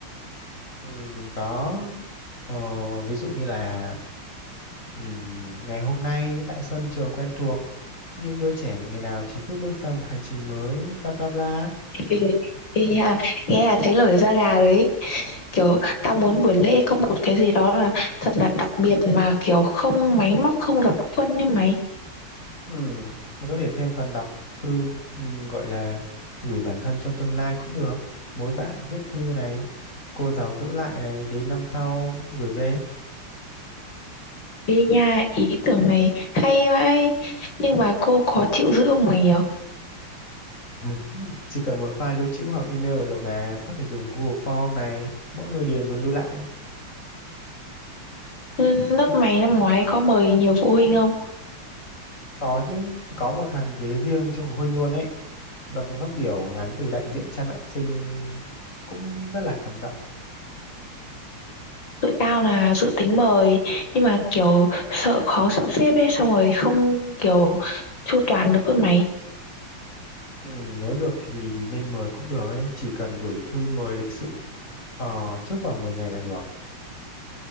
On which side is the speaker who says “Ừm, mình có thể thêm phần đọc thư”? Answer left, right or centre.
Left